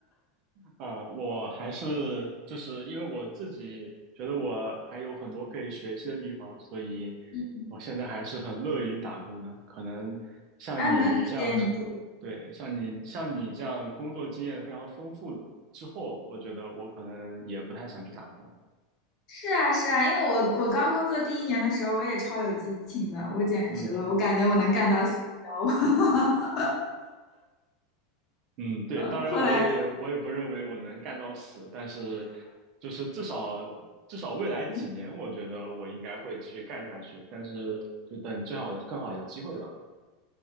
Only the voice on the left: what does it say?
<laughs>
啊，能理解你，对，
是啊是啊，因为我我刚工作第一年的时候，我也超有激情的，我简直了，
我感觉我能干到 CEO。<laughs>
呃，
后来
<laughs>。